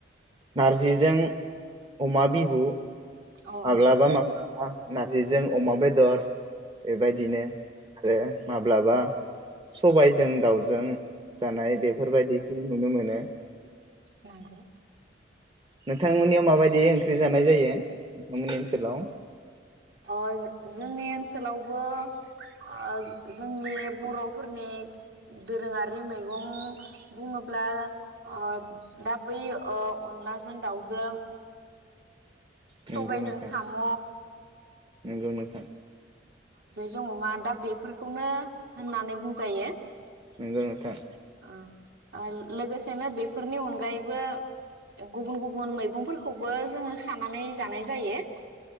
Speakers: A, on the right; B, on the right.
A: नारजिजों अमा बिबु माब्लाबा
B: औ औ
A: माबा नारजिजों अमा बेदर बेबायदिनो आरो माब्लाबा सबायजों दाउजों जानाय बेफोरबायदिखौ नुनो मोनो
B: नंगौ
A: नोंथांमोननियाव माबायदि ओंख्रि जानाय जायो नोंथांमोननि ओनसोलाव
B: ओ जोंनि ओनसोलावबो ओ जोंनि बर'फोरनि दोरोङारि मैगं बुङोब्ला ओ दा बै ओ अनलाजों दाउजों सबायजों
A: नंगौ नोंथां
B: साम'
A: नंगौ नोथां
B: जों अमा दा बेफोरखौनो होननानै बुंजायो
A: नंगौ नोंथां
B: ओ ओ लोगोसेनो बेफोरनि अनगायैबो गुबुन गुबुन मैगंफोरखौबो जोङो खानानै जानाय जायो